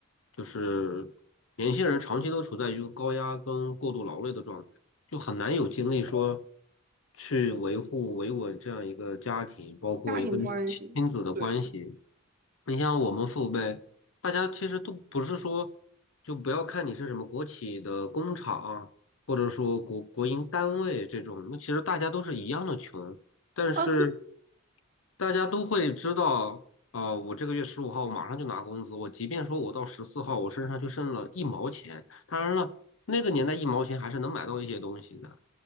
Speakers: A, on the left; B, on the right.
A: 就是年轻人长期都处在一个高压跟过度劳累的状态，就很难有精力说去维护维稳这样一个家庭，包括一个
B: 家庭关系。
A: 亲子的关系，
B: 对，
A: 你像我们父辈，大家其实都不是说，就不要看你是什么国企的工厂，或者说国国营单位这种，那其实大家都是一样的穷，但是
B: 啊，就
A: 大家都会知道，啊、我这个月十五号马上就拿工资，我即便说我到十四号我身上就剩了一毛钱，当然了，那个年代一毛钱还是能买到一些东西的。